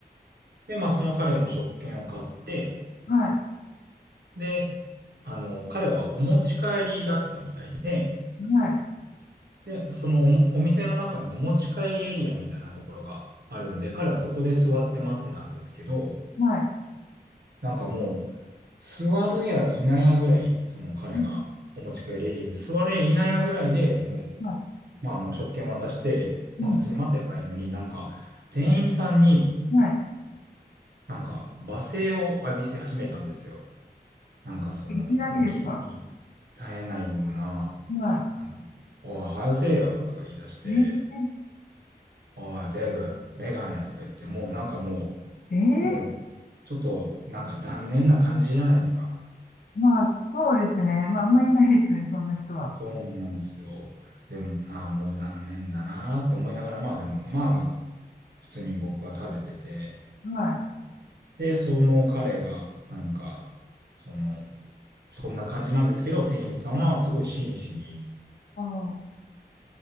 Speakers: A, on the right (about 75°); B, on the left (about 60°).
A: で、まあその彼も食券を買って、
B: はい、
A: で、あの、彼はお持ち帰りだったみたいで、
B: はい、
A: で、そのお、お店の中にお持ち帰りエリアみたいなところがあるんで、彼はそこで座って待ってたんですけど、
B: はい、
A: なんかもう、座るやいなやぐらい、その彼がお持ち帰りエリアに座るやいなやぐらいでもう、
B: うん、は
A: まあもう食券渡して、
B: い、
A: まあ普通に待てばいいのになんか、
B: うん、
A: 店員さんに
B: はい。
A: なんか罵声を浴びせ始めたんですよ。なんかその、
B: いきなりですか
A: もう聞くに耐えないような、なんかおい、
B: は
A: 早せえよとか言い出して、
B: い。え
A: おい、デブ、メガネとか言って、もうなんかも
B: ー、え
A: う、もうちょっとなんか残念な感じじゃないですか。
B: ー、まあ、そうですね。まあ、あんまりいないですね、そんな人は。
A: そうなんですよ。でも、ああ、もう残念だなーって思いながら、まあでも、まあ、普通に僕は食べてて、
B: はい。
A: で、その彼が、なんか、その、そんな感じなんですけど、店員さんはすごい真摯に、
B: あー、